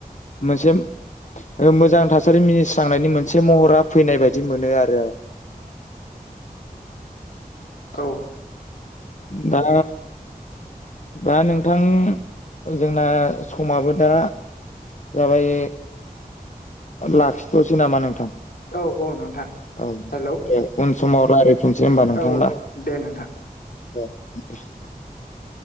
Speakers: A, on the left; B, on the left.
A: मोनसे मोजां थासारि मिनिस्रांनायनि मोनसे महरा फैनाय बायदि मोनो आरो आं
B: औ
A: दा दा नोंथां जोंना समाबो दा जाबाय लाखिथ'सै नामा नोंथां
B: औ औ नोंथां
A: औ
B: हेलौ
A: उन समाव थनोसै होनोमबा नोंथां
B: औ
A: दा
B: दे नोंथां
A: <unintelligible>